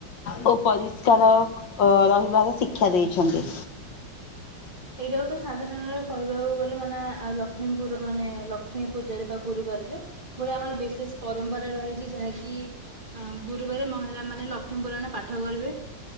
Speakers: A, on the left; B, on the right.
A: ଓ ପରିଷ୍କାର ରହିବାର ଶିକ୍ଷା ଦେଇଛନ୍ତି।
B: ଏଇଟାକୁତ ସାଧାରଣଣରେ କହିବାକୁ ଗଲେ, ମାନେ ଆ ଲକ୍ଷ୍ମୀପୁରଣ ମାନେ ଲକ୍ଷ୍ମୀ ପୂଜାରେ ପା ଗୁରୁବାରରେ ଗୋଟେ ଆମର ବିଶେଷ ପରମ୍ପରା ରହିଛି, ଯାହାକି ଆଁ ଗୁରୁବାରେ ମହିଳାମାନେ ଲକ୍ଷ୍ମୀ ପୁରାଣ ପାଠକରିବେ।